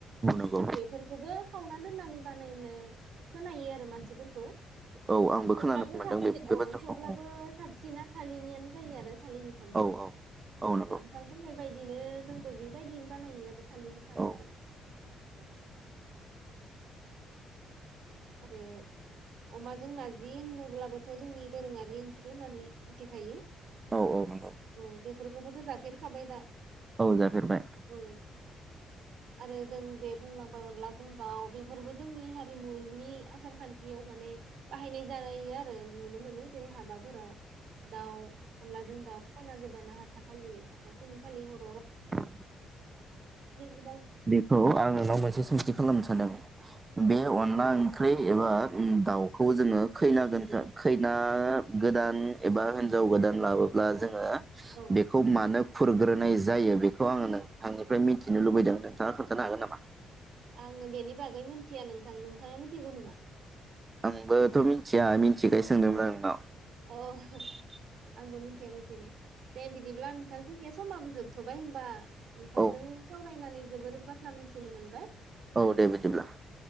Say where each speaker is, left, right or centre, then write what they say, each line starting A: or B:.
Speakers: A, on the right (about 25°); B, on the right (about 75°).
A: नंगौ
B: बेफोरखौबो खावना दोननानै बानायनो खोनायो आरो मानसिफोरखौ
A: औ आंबो
B: थेवब्लाबो
A: खोनानो मोनदों
B: साबसिन
A: बे बे
B: औ
A: बाथ्राखौ
B: थेवब्लाबो
A: औ
B: साबसिना थालिरनियानो जायो आरो थालिर बिफांनियानो
A: औ
B: औ
A: नंगौ
B: नोंथां बुंनाय बेबायदिनो जोंबो बेबायदिनो बानायो आरो थालिरनि खारैखौ
A: औ
B: औ आरो अमाजों नारजि होनोब्लाबोथ जोंनि दोरोङारि ओंख्रि होननानै मिथिखायो
A: औ औ नंगौ
B: औ बेफोरखौबोथ जाब फेरखाबाय दा?
A: औ जफेरबाय।
B: औ आरो जों जे बुंलांबाय अनलाजों दाउ बेफोरबो जोंनि हारिमु नि आसार खान्थियाव माने बाहायनाय जायो आरो नुनो मोनो जेरै हाबाफोराव दाउ अनलाजों दाउ खैना गोदाना हाथााखालि हाथा सनि खालि हर
A: ओम
B: गोबां
A: बेखौ आं नोंनाव मोनसे सोंथि खालामनो सानदों? बे
B: न'
A: अनला ओं ओख्रि एबा दाउखौ जोङो खैना गोदानखो खैना गोदान एबा हिनजाव गोदान लाबोब्ला जोङो
B: औ
A: बेखौ मानो खुरग्रोनाय जा जायो बेखौ आङो नोंथांनिफ्राय मिथिनो लुबैदों नोंथाङा खोन्थानो हागोन नामा?
B: आङो बेनि बागै मिथिया नोंथां नोंथाङा मिथिगौ नामा?
A: आंबोथ मिन्थिया मि थिखाय सोंदोंमोन
B: औ
A: नोंनाव ।
B: अ आंबो मिथिया मिथिनो। दे बिदिब्ला नोंथां जोंनिया समाबो जोबथ'बाय होमबा? नोंथांजों
A: औ
B: सावरायनानै जोबोर बाथ्रा मिथिनो मोनबाय ।
A: औ दे बिदिब्ला।